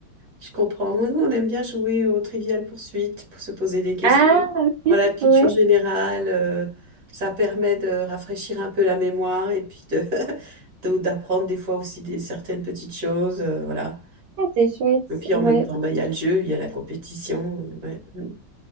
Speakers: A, on the right; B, on the right.
A: Je comprends. Nous, on aime bien jouer au Trivial poursuite pour se poser des questions.
B: Ah, ok,
A: Voilà, de culture
B: ouais,
A: générale, euh, ça permet de rafraîchir un peu la mémoire et puis de, <laughs> de- d'apprendre des fois aussi des certaines petites choses. euh, voilà.
B: Ah, c'est chouette,
A: Et puis
B: ouais.
A: en même temps, bah, il y a le jeu, il y a la compétition. ouais. Mm.